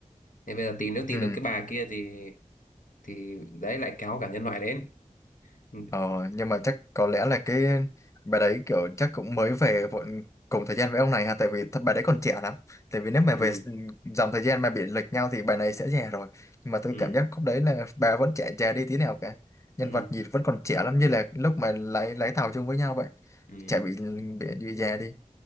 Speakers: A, on the left; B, on the left.
A: nên bây giờ tìm nếu tìm
B: ừ
A: được cái bà kia thì thì đấy lại kéo cả nhân loại đến ừ
B: Ờ, nhưng mà chắc có lẽ là cái bà đấy kiểu chắc cũng mới về vội cùng thời gian với ông này ha tại vì thật bà đấy còn trẻ lắm tại vì nếu mà
A: ừ
B: về s- dòng thời gian mà bị lệch nhau thì bà này sẽ già rồi nhưng mà tôi
A: ừ
B: cảm giác khúc đấy là bà vẫn trẻ già đi tí nào cả nhân
A: ừ.
B: vật nhìn vẫn còn trẻ lắm như là lúc mà lái lái tàu chung với nhau vậy
A: Ừ.
B: trẻ bị bị, bị già đi